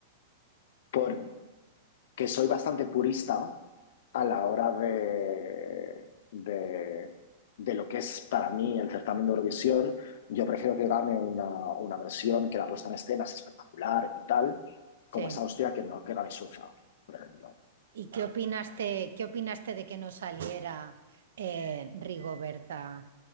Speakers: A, on the left (about 65°); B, on the right (about 75°).
A: por, que soy bastante purista a la hora de, de, de lo que es para mí el certamen de Eurovisión. Yo prefiero que gane una, una versión que la puesta en escena es espectacular y tal,
B: sí.
A: como es Austria, que no que gane Suiza, por ejemplo.
B: ¿Y qué opinaste, qué opinaste de que no saliera eh, Rigoberta